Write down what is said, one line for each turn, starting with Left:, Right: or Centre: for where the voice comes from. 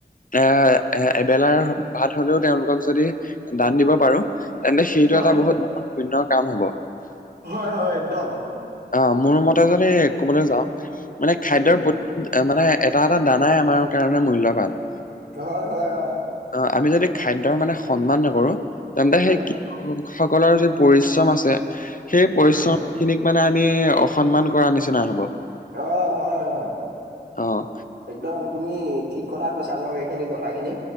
Left: এ এ এবেলাৰ ভাত হ'লেও তেওঁলোকক যদি দান দিব পাৰোঁ। তেন্তে সেইটো
Right: হয়
Left: এটা বহুত পুণ্যৰ কাম হ'ব।
Right: হয় হয় একদম।
Left: অ মোৰ মতে যদি ক'বলৈ যাওঁ মানে খাদ্যৰ
Right: উম
Left: প এ মানে এটা এটা দানাই আমাৰ কাৰণে মূল্যৱান।
Right: হয় হয় অঁ।
Left: অঁ আমি যদি খাদ্যৰ মানে সন্মান নকৰোঁ তেন্তে
Right: উম
Left: সেই কৃ কৃষক সকলৰ যি পৰিশ্ৰম আছে সেই পৰিশ্ৰম
Right: উম
Left: খিনিক মানে আমি অসন্মান কৰা নিচিনা হ'ব।
Right: অঁ হয় অঁ।
Left: অহ।
Right: একদম তুমি ঠিক কথা কৈছা বাৰু এইখিনি কথা খিনি